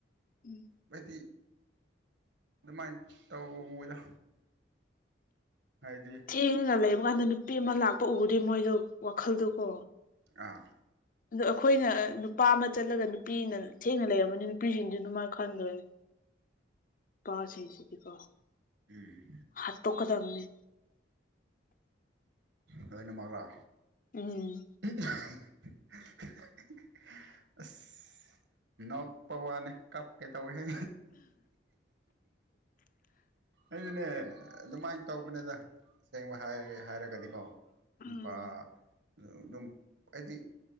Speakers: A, on the left; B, on the right.
A: ꯎꯝ
B: ꯍꯥꯏꯗꯤ ꯑꯗꯨꯃꯥꯏꯅ ꯇꯧꯋꯤꯗ ꯍꯥꯏꯗꯤ
A: ꯊꯦꯡꯉꯒ ꯂꯩꯕ ꯀꯥꯟꯗ ꯅꯨꯄꯤ ꯑꯃ ꯂꯥꯛꯄ ꯎꯗꯔꯤ ꯃꯣꯏꯗꯣ ꯋꯥꯈꯜꯗꯨꯀꯣ
B: ꯑꯥ
A: ꯑꯗꯣ ꯑꯩꯈꯣꯏꯅ ꯅꯨꯄꯥ ꯑꯃ ꯆꯠꯂꯒ ꯅꯨꯄꯤꯅ ꯊꯦꯡꯅ ꯂꯩꯔꯝꯃꯗꯤ ꯅꯨꯄꯤꯁꯤꯡꯗꯤ ꯑꯗꯨꯃꯅꯥ ꯈꯟꯗꯣꯏꯅꯤ ꯅꯨꯄꯥꯁꯤꯡꯁꯤꯗꯤꯀꫭ
B: ꯎꯝ
A: ꯍꯥꯠꯇꯣꯛ ꯀꯥꯗꯝꯅꯤ
B: ꯂꯣꯏꯅꯃꯛꯂꯥ
A: ꯎꯝ
B: ꯎ <unintelligible> ꯑꯁ ꯅꫭꯛꯄꯋꯥꯅꯤ ꯀꯞꯀꯦ ꯇꯧꯋꯤꯍ‌ꯦ ꯑꯗꯨꯅ‌ꯦ ꯑꯦ ꯑꯗꯨꯃꯥꯏꯅ ꯇꯧꯕꯅꯦꯗ ꯑꯁꯦꯡꯕ ꯍꯥꯏ ꯍꯥꯏꯔꯒꯗꯤꯀꯣ
A: ꯎꯝ
B: ꯅꯨꯄꯥ ꯑꯗꯨꯝ ꯍꯥꯏꯗꯤ